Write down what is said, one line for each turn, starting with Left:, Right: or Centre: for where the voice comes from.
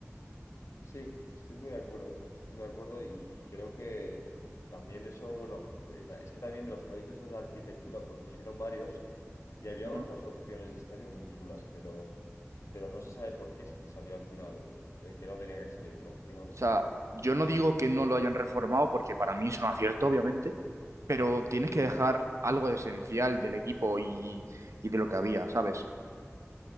Left: Sí, estoy muy de acuerdo. Estoy muy de acuerdo y, y creo que también eso, bueno, pues, es que también los proyectos esos de arquitectura propusieron varios y había
Right: Ujú.
Left: unas
Right: O
Left: opciones de estadio muy chulas, pero, pero no se sabe por qué salió al final el que no tenía que salir, ¿no? Digamos.
Right: sea, yo no digo que no lo hayan reformado, porque para mí es un acierto, obviamente, pero tienes que dejar algo esencial del equipo y, y de lo que había, ¿sabes?